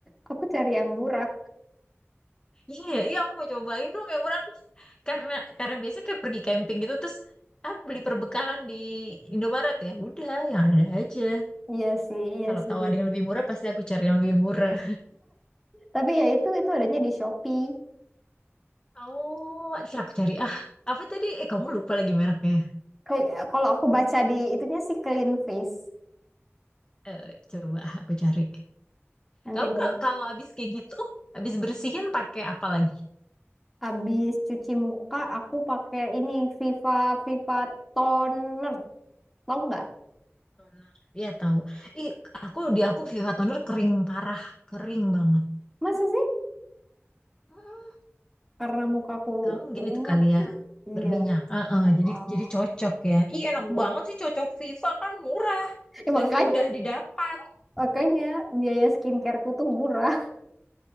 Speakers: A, in the centre; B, on the left (about 20°).
A: <laughs> Aku cari yang murah.
B: Iya, iya, iya, aku mau cobain dong yang warna pink. Karena karena biasanya kayak pergi camping gitu terus ah beli perbekalan di Indomaret ya. Udah, yang ada aja.
A: Iya sih, iya
B: Kalau
A: sih.
B: tahu ada yang lebih murah pasti aku cari yang lebih murah.
A: Tapi ya itu itu adanya di Shopee.
B: Oh, ntar aku cari. Ah, apa tadi? Eh, kamu lupa lagi mereknya.
A: Kel- Kalau aku baca di itunya sih Clean Face.
B: Eh, coba aku cari.
A: Nanti
B: Kamu
A: deh.
B: ka- kalau habis kayak gitu, habis bersihin pakai apa lagi?
A: Habis cuci muka aku pakai ini Viva Viva Toner. Tahu nggak?
B: Toner. Iya tahu. Ih, aku di aku Viva Toner kering parah, kering banget.
A: Masa sih?
B: Mm-mm.
A: Karena mukaku
B: Kamu mungkin
A: berminyak
B: itu kali
A: sih.
B: ya
A: Iya.
B: berminyak. Heeh,
A: Oh,
B: jadi jadi cocok ya. Ih, enak
A: iya.
B: banget sih cocok Viva kan murah
A: Ya, makanya
B: dan mudah didapat.
A: makanya biaya skincare ku tuh murah.